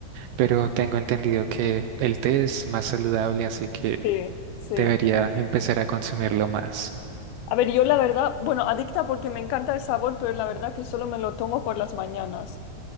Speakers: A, on the right (about 75°); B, on the left (about 85°).
A: pero tengo entendido que el té es más saludable, así que
B: Sí, sí.
A: debería empezar a consumirlo más.
B: A ver, yo la verdad, bueno, adicta porque me encanta el sabor, pero la verdad que solo me lo tomo por las mañanas.